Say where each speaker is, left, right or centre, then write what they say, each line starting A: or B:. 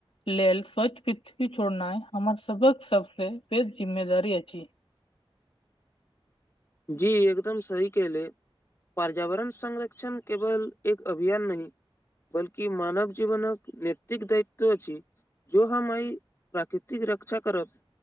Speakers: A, on the left; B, on the left.
A: लेल स्वच्छ पृथ्वी छोड़नाइ हमर सबक सबसे पैघ जिम्मेदारी अछि
B: जी एकदम सही कहलियै पर्यावरण संरक्षण केवल एक अभियान नही बल्कि मानव जीवन नैतिक दायित्व अछि जो हम आइ प्राकृतिक रक्षा करब